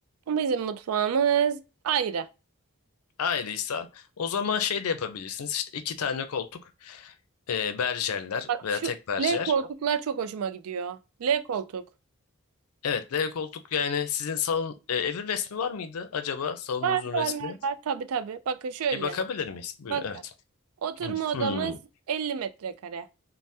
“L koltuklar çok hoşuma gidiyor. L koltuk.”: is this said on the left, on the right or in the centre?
Right